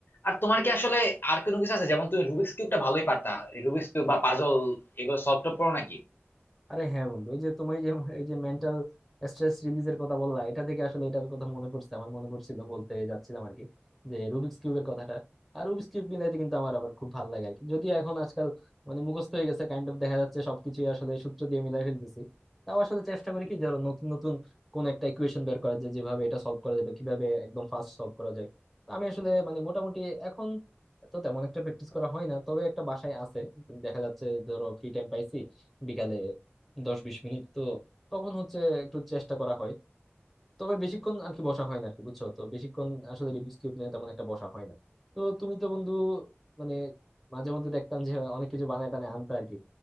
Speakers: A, on the left; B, in the centre.
A: আর তোমার কি আসলে আর কোনো কিছু আছে যেমন তুমি রুবিক্স কিউবটা ভালোই পারতা রুবিক্স কিউব বা পাজল এগুলো সলভ টলভ করো নাকি
B: আরে হ্যাঁ বন্ধু ওই যে তুমি যে এই যে মেন্টাল স্ট্রেস রিলিজের কথা বললা এটা থেকে আসলে এটার কথা মনে পড়ছে আমার মনে পড়ছিল বলতে যাচ্ছিলাম আর কি যে রুবিক্স কিউবের কথাটা আর রুবিক্স কিউব মিলাইতে কিন্তু আমার আবার খুব ভালো লাগে আর কি যদিও এখন আজকাল মানে মুখস্থ হয়ে গেছে কাইন্ড অফ দেখা যাচ্ছে সবকিছুই আসলে সূত্র দিয়ে মিলাই ফেলতেছি তাও আসলে চেষ্টা করি কি ধরো নতুন নতুন কোন একটা ইকুয়েশন বের করা যায় যেভাবে এটা সলভ করা যাবে কিভাবে একদম ফাস্ট সলভ করা যায় তো আমি আসলে মানে মোটামুটি এখন তো তেমন একটা প্র্যাকটিস করা হয় না তবে একটা বাসায় আছে দেখা যাচ্ছে ধরো ফ্রি টাইম পাইছি বিকালে দশ বিশ মিনিট তো তখন হচ্ছে একটু চেষ্টা করা হয় তবে বেশিক্ষণ আর কি বসা হয় না আর কি বুঝছো তো বেশিক্ষণ আসলে রিডিউস কিউব নিয়ে তেমন একটা বসা হয় না তো তুমি তো বন্ধু মানে মাঝে মধ্যে দেখতাম যে অনেক কিছু বানায় টানায় আনতে আর কি